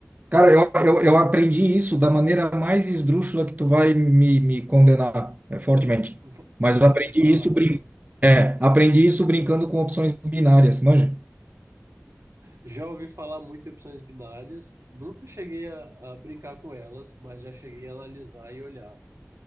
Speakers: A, on the right; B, on the right.
A: Cara, eu, eu, eu aprendi isso da maneira mais esdrúxula que tu vai me, me condenar, é, fortemente.
B: <laughs>
A: Mas eu aprendi
B: Pode falar.
A: isso, brin é, aprendi isso brincando com opções binárias, manja?
B: Já ouvi falar muito em opções binárias, nunca cheguei a, a brincar com elas, mas já cheguei a analisar e olhar.